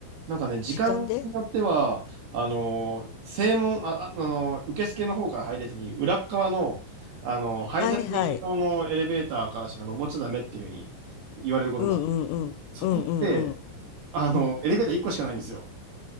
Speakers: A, on the right; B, on the left.
A: なんかね、時間によっては、
B: 時間で
A: あのー正門、あ、ああのー受付の方から入れずに、裏っ側の、あのー配達員用のエレベーターからしか登っちゃダメっていうふうに言われることがあって、
B: はいはい、うんうんうん、
A: そこって、
B: うんうんうん、
A: あのーエレベーター1個しかないんですよ。
B: うん。